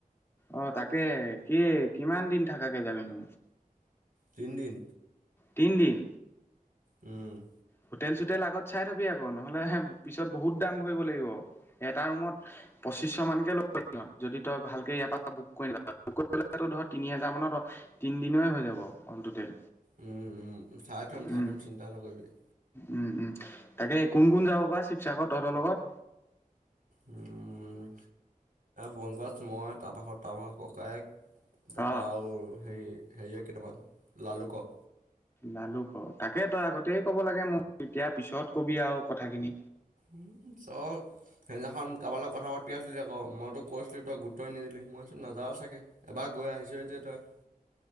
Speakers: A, on the left (about 15°); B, on the right (about 70°).
A: অ' তাকে কি কিমান দিন থাকাকে যাবি নো?
B: তিনদিন।
A: তিন দিন?
B: উম।
A: হোটেল চোটেল আগত চাই থবি আকৌ, নহ'লে হে পিছত বহুত দাম ভৰিব লাগিব। এটা ৰুমত পঁচিছশ মানকে লয় সিহঁতে, যদি তই ভালকে ইয়াৰ পৰা বুক কৰি নলয় ধৰ তিনি হাজাৰ মানত তিনদিনৰে হৈ যাব অ'ল টোটেল।
B: উম চাই থ'ম চাই
A: উম
B: থ'ম চিন্তা নকৰিবি।
A: উম উম তাকে কোন কোন যাব বা শিৱসাগৰত তহ'তৰ লগত?
B: উম পঙ্কজ, মই তাৰপাছত তাৰপাছত ককায়েক তাৰপৰা
A: অ
B: আৰু হেৰি হেৰি কেইটামান লালুকৰ।
A: লালুকৰ তাকে তই আগতে ক'ব লাগে মোক, এতিয়া পিছত কবি আৰু কথাখিনি।
B: উম চ <unintelligible> সেইদিনাখন কাৰোবৰ লগত কথা পাতি আছিলি আ'ক, মই তোক কৈছিলো তই গুৰুত্বই নিদিলি, মই ভাবিচো নযাৱ চাগৈ। এবাৰ গৈ আহিছ যেতিয়া তই